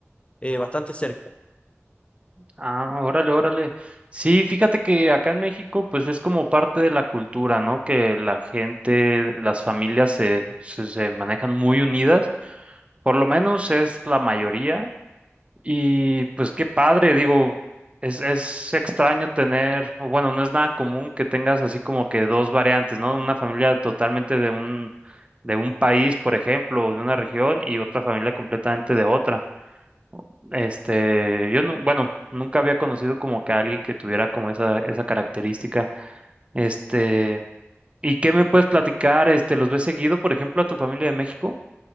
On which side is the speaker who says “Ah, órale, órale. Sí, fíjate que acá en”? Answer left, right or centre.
Right